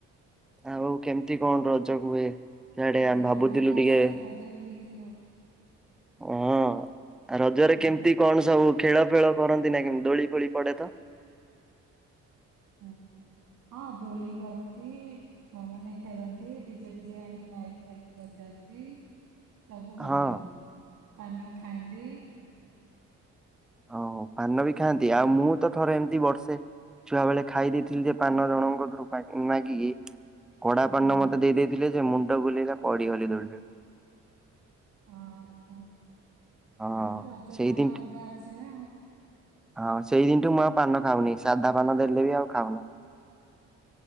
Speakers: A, in the centre; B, on the right.
A: ଆଉ କେମିତି କଣ ରଜ ହୁଏ? ସିଆଡେ ଆମେ
B: ଆ
A: ଭାବୁଥିଲୁ
B: ଆମ ଆଡେ ଆସ
A: ଟିକେ
B: ରଜ ବୁଲିକି ଯିବ।
A: ହଁ ରଜରେ
B: ହୁଁ,
A: କେମିତି କଣ ସବୁ ଖେଳ ଫେଳ କରନ୍ତି ନା କେମତି କଣ ଦୋଳି ଫୋଳି ପଡେ ତ?
B: ହଁ ହଁ ଦୋଳି କରନ୍ତି ଛୁଆମାନେ ଖେଳନ୍ତି ଡିଜେ ଫିଜେ ଆଣି ମାଇକ୍ ଫାଇକ୍ ବଜାନ୍ତି। ସବୁ କରନ୍ତି।
A: ହଁ
B: ପାନ ଖାଆନ୍ତି।
A: ହଁ ହଁ। ପାନ ବି ଖାଆନ୍ତି ଆଉ ମୁଁ ମୁଁ ତ ଥରେ ଏମିତି ବର୍ଷେ ଛୁଆ ବେଳେ ଖାଇ ଦେଇଥିଲି ଯେ ପାନ ଜଣଙ୍କ କତୁରୁ ମାଗି ମାଗିକି କଡା ପାନ
B: ହୁଁ,
A: ମତେ ଦେଇଥିଲେ ଯେ ମୁଁ ମୁଣ୍ଡ ବୁଲେଇଲା ପଡିଗଲି ଦୋଳି ରୁ
B: ହଁ। ହଁ
A: ହଁ
B: ନା ରଜ
A: ସେଇଦିନ
B: ପାନ ଅଲଗା ଅଛି ନା।
A: ହଁ ସେଇଦିନ ଠୁ ମୁଁ ଆଉ ପାନ ଖାଉନି ସେ ସାଧା ପାନ ଦେଲେ ବି ଆଉ ଖାଉନି।